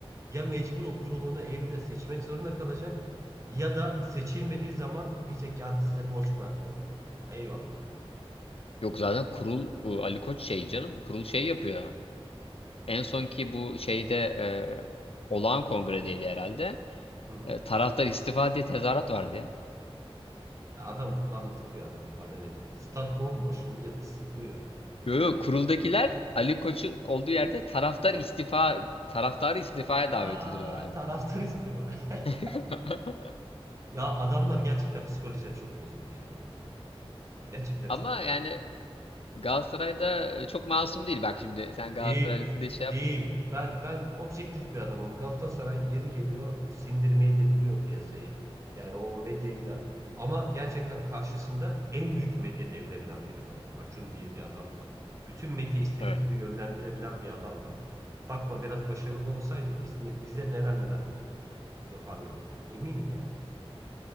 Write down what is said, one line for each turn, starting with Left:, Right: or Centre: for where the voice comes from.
Right: ya mecbur o kurulunu Eylül'de seçmek zorunda kalacak ya da seçilmediği zaman diyecek ki hadi size borç bıraktım. Eyvallah.
Left: Yok zaten kurul e, Ali Koç şey canım kurul şey yapıyor. En sonki bu şeyde e, olağan kongredeydi herhalde.
Right: Hı hı.
Left: E, taraftar istifa diye tezahürat vardı ya.
Right: Ya adam kulağını tıkıyor adam bana ne diyor ya. Stat bomboş millet ıslıklıyor.
Left: Yo
Right: Yani
Left: yo kuruldakiler Ali Koç'un olduğu yerde taraftar istifa taraftarı istifaya
Right: aa,
Left: davet ediyorlar abi.
Right: taraftar istiyor. <laughs>
Left: <laughs>
Right: Ya adamlar gerçekten psikolojileri çok bozuldu ya. Gerçekten
Left: Ama
Right: çok bozuldu.
Left: yani Galatasaray'da e, çok masum değil. Bak şimdi sen
Right: Değil.
Left: Galatasaraylısın diye şey yapma.
Right: Değil. Ben ben objektif bir adamım. Galatasaray yeri geliyor sindirmeyi de biliyor piyasayı. Yani o medyayı da. Ama gerçekten karşısında en büyük medya devlerinden biri var. Acun diye bir adam var. Bütün medyayı istediği
Left: Evet.
Right: gibi yönlendirebilen bir adam var. Bakma biraz başarılı olsaydı biz ne- bize neler neler yaparlardı. Eminim yani.